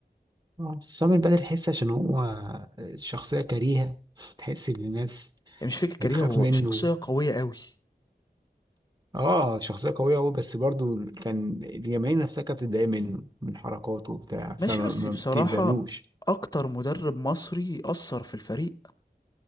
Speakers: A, on the right (about 25°); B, on the left (about 25°).
A: اه سامي البدر تحس عشان هو شخصيه كريهه تحس ان الناس
B: يعني مش فكرة كارير
A: بتخاف
B: هو
A: منه
B: شخصية قوية قوي
A: اه شخصيه قويه قوي بس برضو كان الجماهير نفسها كانت بتتضايق منه من حركاته وبتاع فما
B: ماشي بس
A: ما
B: بصراحة
A: بتقبلوش
B: اكتر مدرب مصري اثر في الفريق